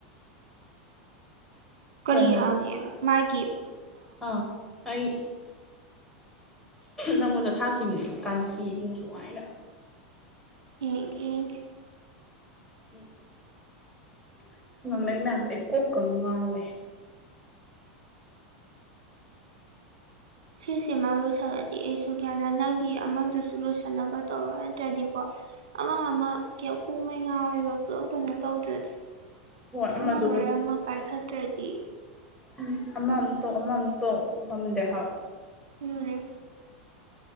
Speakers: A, on the right; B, in the centre.
A: ꯀꯔꯤ
B: ꯀꯩꯅꯣ
A: ꯍꯥꯡꯉꯦ ꯍꯥꯢꯕ ꯃꯒꯤ
B: ꯑꯥ ꯑꯩ ꯅꯪꯉꯣꯟꯗ ꯊꯥꯛꯈꯤꯕꯅꯦ ꯀꯥꯟ ꯆꯤꯁꯤꯡꯁꯨ ꯋꯥꯥꯏꯅ
A: ꯌꯦꯡꯒꯦ ꯌꯦꯡꯒꯦ
B: ꯎꯝ ꯑꯁ ꯉꯥꯡꯅꯩ ꯃꯌꯥꯝꯁꯦ ꯑꯩ ꯀꯣꯛꯀ ꯉꯥꯎꯋꯦ
A: ꯁꯤꯁꯤꯃ ꯂꯣꯏꯁꯤꯂꯗꯤ ꯑꯩꯁꯨ ꯒ꯭ꯌꯥꯅ ꯅꯪꯒꯤ ꯑꯃꯥꯡꯗꯨꯁꯨ ꯂꯣꯏꯁꯟꯅꯕ ꯇꯧꯔꯣ ꯅꯠꯇ꯭ꯔꯗꯤꯀꯣ ꯑꯃ ꯑꯃ ꯀ ꯥꯩ ꯀꯣꯛ ꯃꯩ ꯉꯥꯎꯋꯦꯕ ꯄꯂꯞ ꯀꯩꯅꯣ ꯇꯧꯗ꯭ꯔꯗꯤ
B: ꯍꯣꯏ ꯑꯃꯗꯣ
A: ꯑꯃ ꯑꯣꯏꯔ ꯑꯃ ꯄꯥꯏꯈꯠꯇ꯭ꯔꯗꯤ
B: ꯎꯝ ꯑꯃꯥ ꯃꯨꯛꯇꯧ ꯑꯃꯥ ꯃꯨꯛꯇꯧ ꯉꯝꯗꯦ ꯍꯥꯢꯕ
A: ꯑꯗꯨꯅꯦ